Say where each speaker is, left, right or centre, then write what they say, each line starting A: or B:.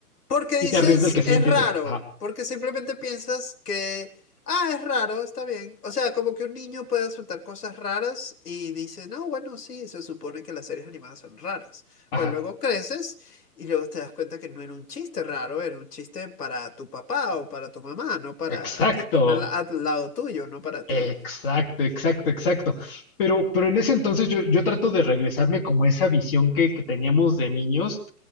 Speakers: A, on the left; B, on the left.
A: porque
B: y
A: dices,
B: te ríes del que sí
A: es
B: lo entiendes.
A: raro,
B: Ajá,
A: porque simplemente piensas que, ah, es raro, está bien. O sea, como que un niño puede aceptar cosas raras y dice, no, bueno, sí, se supone que las series animadas son raras.
B: ajá,
A: Pero luego creces y luego te das cuenta que no era un chiste raro, era un chiste para tu papá o para tu mamá, no para
B: exacto.
A: que, que está al, al lado tuyo, no para
B: Exacto,
A: ti.
B: exacto, exacto. Pero, pero en ese entonces yo, yo trato de regresarme como a esa visión que, que teníamos de niños